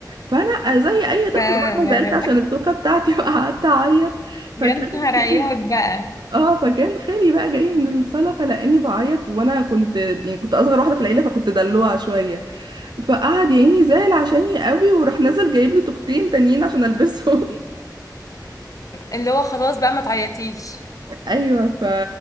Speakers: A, on the right; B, on the left.
A: فأنا زي أي طفل
B: ف <laughs>
A: بقى أنا زعلت عشان التوكة بتاعتي <laughs> وقعدت أعيط
B: يا
A: فكان
B: نهار
A: خالي
B: عياط بقى
A: اه فكان خالي بقى جاي من الصالة فلقاني بعيط وأنا كنت يعني كنت أصغر واحدة في العيلة فكنت دلوعة شوية فقعد يا عيني زعل عشاني قوي وراح نزل جايب لي توكتين تانيين عشان ألبسهم
B: اللي هو خلاص بقى ما تعيطيش
A: ايوه ف...